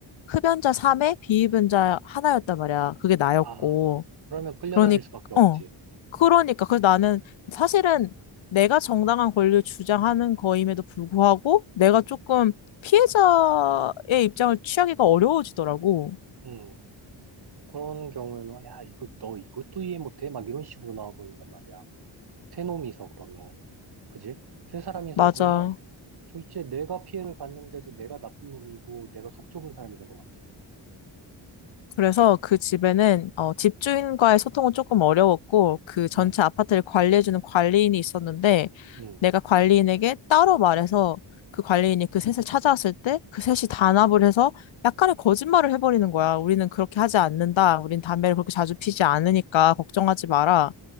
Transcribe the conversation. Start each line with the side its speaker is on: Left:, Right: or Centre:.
Left: 흡연자 3에 비흡연자 하나였단 말이야. 그게 나였고.
Right: 아, 그러면 끌려다닐
Left: 그러니,
Right: 수밖에 없지.
Left: 어. 그러니까. 그래서 나는 사실은 내가 정당한 권리를 주장하는 거임에도 불구하고 내가 조금 피해자의 입장을 취하기가 어려워지더라고.
Right: 음, 그런 경우에는 야, 이거 너 이것도 이해 못해? 막 이런 식으로 나와 버린단 말이야. 세 놈이서 그러면. 그지? 세 사람이서
Left: 맞아.
Right: 그러면 졸지에 내가 피해를 봤는데도 내가 나쁜 놈이고 내가 속 좁은 사람이 된 것 같잖아.
Left: 그래서 그 집에는 어, 집주인과의 소통은 조금 어려웠고 그 전체
Right: 응,
Left: 아파트를 관리해주는 관리인이 있었는데
Right: 응.
Left: 내가 관리인에게 따로 말해서 그 관리인이 그 셋을 찾아왔을 때 그 셋이 단합을 해서 약간의 거짓말을 해버리는 거야. 우리는 그렇게 하지 않는다. 우린 담배를 그렇게 자주 피지 않으니까 걱정하지 마라.